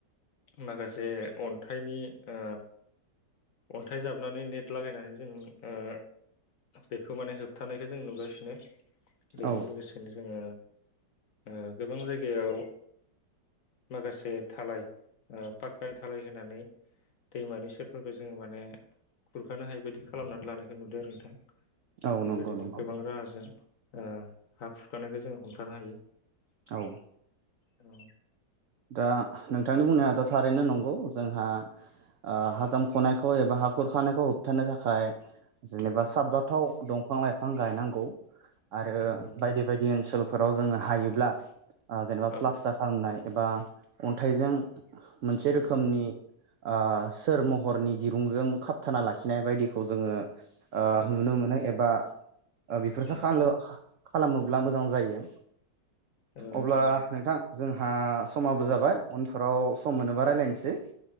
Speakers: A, on the left; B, on the right.
A: माखासे अन्थाइनि ओ अन्थाइ जाबनानै नेट लागायनानै जों ओ बेखौ माने होबथानायखौ जों नुगासिनो। बेजों
B: औ
A: लोगोसेनो जोङो ओ गोबां जायगायाव माखासे धालाय ओ पाखकानि धालाय होनानै दैमानि सेरफोर खौ जोङो माने खुरखानो हायि बायदि खालामनानै लानायखौ नुदों आरो नोंथां।
B: औ
A: बेबायदिनो
B: नंगौ नंगौ
A: गोबां राहाजों ओ हा खुरखानायखौ जोंङो हमथानो हायो।
B: औ।
A: औ।
B: दा नोंथांनि बुंनायाथ' थारैनो नंगौ जोंहा ओ हा जामख'नायखौ एबा हा खुरखानायखौ होबथानो थाखाय जेनेबा
A: औ
B: साबजाथाव दं फां लाइफां गायनांगौ। आरो
A: नंगौ
B: बायदि बायदि ओनसोल फोराव जोङो हायोब्ला ओ जेनेबा
A: औ
B: प्लास्टार खालामनाय एबा अन्थाइजों मोनसे
A: उम
B: रोखोमनि‌ ओ सोर महरनि दिरुंजों खाबथाना लाखिनाय बायदिखौ जोङो ओ
A: औ
B: नुनो मोनो एबा बेफोर
A: नंगौ
B: साखानलु खालामोब्ला मोजां जायो।
A: औ नोंथां
B: अब्ला
A: नंगौ
B: नोंथां जों आ समाबो
A: औ
B: जाबाय उनफोराव सम मोनोबा रायलायनोसै।